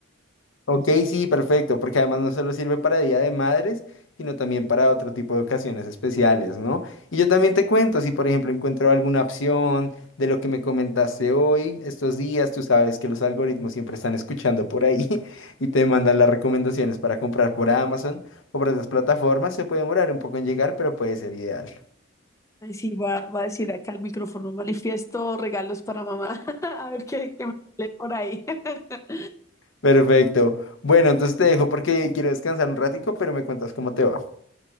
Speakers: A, on the left; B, on the left.
A: Ok, sí, perfecto, porque además no solo sirve para Día de Madres, sino también para otro tipo de ocasiones especiales, ¿no? Y yo también te cuento, si por ejemplo encuentro alguna opción de lo que me comentaste hoy, estos días, tú sabes que los algoritmos siempre están escuchando por ahí <laughs> y te mandan las recomendaciones para comprar por Amazon o por otras plataformas, se puede demorar un poco en llegar, pero puede ser ideal.
B: Ay, sí, va, va a decir acá el micrófono, manifiesto regalos para mamá. <laughs> A ver qué, qué me sale por ahí. <laughs>
A: <laughs> Perfecto. Bueno, entonces te dejo porque quiero descansar un ratico, pero me cuentas cómo te va.